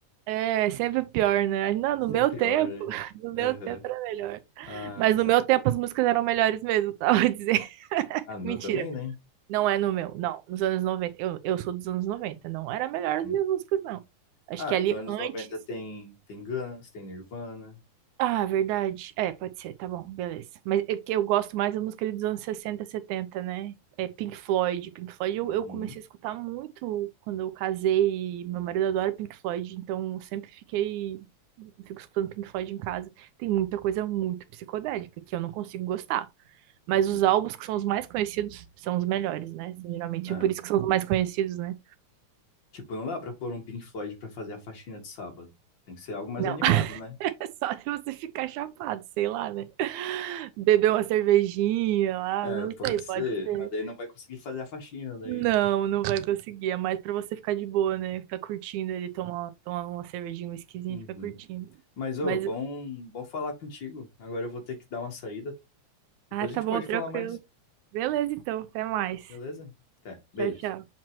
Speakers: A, on the right; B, on the left.
A: É, sempre pior, né? Não, no
B: Sempre
A: meu tempo,
B: pior, né?
A: <laughs> no meu
B: Aham.
A: tempo era melhor.
B: Ah,
A: Mas no meu tempo as músicas eram melhores mesmo, <laughs> tá? Vou dizer. <laughs>
B: ah, no
A: Mentira.
B: meu também, né?
A: Não é no meu, não. Nos anos 90, Eu, eu sou dos anos 90. Não era melhor as
B: Uhum.
A: minhas músicas, não. Acho
B: Ah,
A: que ali
B: nos anos
A: antes.
B: 90 tem, tem Guns, tem Nirvana.
A: Ah, verdade. É, pode ser, tá bom, beleza. Mas é que eu gosto mais da música ali dos anos 60, 70, né? É Pink Floyd. Pink Floyd eu,
B: Uhum.
A: eu comecei a escutar muito quando eu casei. e Meu marido adora Pink Floyd, então eu sempre fiquei. Fico escutando Pink Floyd em casa. Tem muita coisa muito psicodélica que eu não consigo gostar. Mas
B: Uhum.
A: os álbuns que são os mais conhecidos são os melhores, né? Geralmente
B: Ah,
A: é por isso que são os mais conhecidos, né?
B: tipo, não dá pra pôr um Pink Floyd pra fazer a faxina de sábado. Tem que ser algo mais
A: Não,
B: animado,
A: <laughs>
B: né?
A: só se você ficar chapado, sei lá, né? Beber uma cervejinha lá,
B: É,
A: não
B: pode
A: sei,
B: ser,
A: pode ser.
B: mas daí não vai conseguir fazer a faxina daí,
A: Não,
B: né?
A: não vai conseguir. É mais pra você ficar de boa, né? Ficar curtindo ali, tomar, tomar uma cervejinha, um whiskyzinho
B: Uhum.
A: e ficar curtindo.
B: Mas, ô,
A: Mas,
B: bom, bom falar contigo. Agora eu vou ter que dar uma saída. Depois
A: ah, tá
B: a gente
A: bom,
B: pode
A: tranquilo.
B: falar mais,
A: Beleza, então, até mais.
B: beleza? Até, beijos.
A: Tchau, tchau.